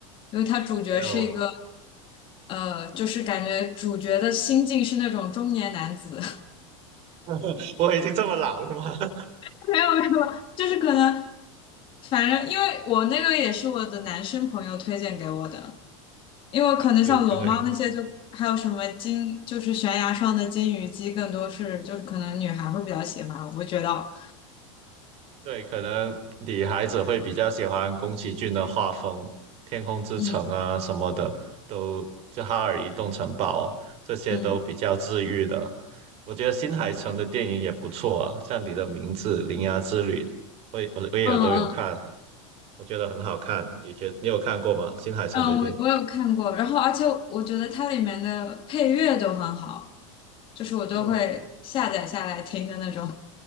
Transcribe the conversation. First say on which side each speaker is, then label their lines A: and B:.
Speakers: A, on the left; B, on the right.
A: 因为它主角是一个。
B: 还有
A: 呃，就是感觉主角的心境是那种中年男子，
B: <laughs> 我已经这么老了吗？<laughs>
A: <laughs> 没有没有，就是可能，反正因为我那个也是我的男生朋友推荐给我的，因为可能像龙猫那些就还有什么金，
B: 哎有机会，
A: 就是悬崖上的金鱼姬，更多是就是可能女孩会比较喜欢，我觉得，
B: 对，可能女孩子会比较喜欢宫崎骏的画风，《天空之城》啊什么的，
A: 嗯
B: 都就《哈尔移动城堡》这些都比较治愈的。
A: 嗯
B: 我觉得新海诚的电影也不错啊，像你的名字、铃芽之旅，我也我我也都有看。
A: 嗯嗯
B: 我觉得很好看。你觉你有看过吗？新海诚的电影？
A: 嗯，我我有看过，然后而且我觉得它里面的配乐都很好，就是我都会下载下来听的那种，
B: 嗯，